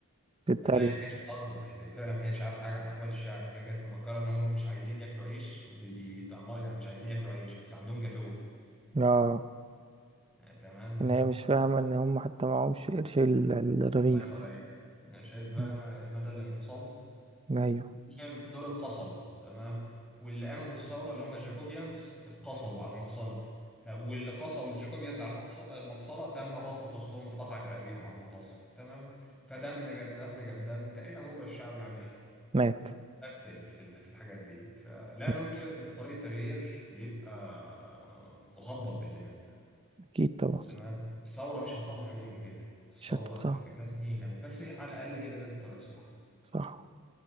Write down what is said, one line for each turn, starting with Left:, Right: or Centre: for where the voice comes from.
Right: بتتريق
Centre: لا هي ما كانتش بتهزر هي فعلا ما كانتش عارفه حاجه عن احوال الشعب هي كانت مفكره ان هم مش عايزين ياكلوا عيش بي- بي- بيتأمر يعني مش عايزين ياكلوا عيش بس عندهم جاتوه
Right: اه
Centre: آه، تمام
Right: ان هي مش فاهمة ان هم حتى معهمش قرش ال- الرغيف
Centre: الله ينور عليك آه، شايف بقى
Right: مم.
Centre: مدى الانفصال
Right: ايوه
Centre: المهم دول اتقصلوا تمام واللي قاموا بالثوره اللي هم الجاكوبيانز اتقصلوا على المقصله طب واللي قصلوا الجاكوبيانز على المقص- المقصله تم برضه قصلهم اتقطعت رقابيهم على المقاصل تمام فدم جاب دم جاب دم تقريبا ربع الشعب يعني ايه
Right: مات
Centre: قتل في ال- في الحاجات ديت فلا
Right: مم.
Centre: ننكر ان طريق التغيير بيبقى مخضب بالدماء
Right: اكيد طبعا
Centre: تمام الثوره مش هتصلح بين يوم وليله الثوره
Right: شتت صح
Centre: هتحتاج لها سنين قوي بس هي- على الاقل هي بدات الطريق الصح
Right: صح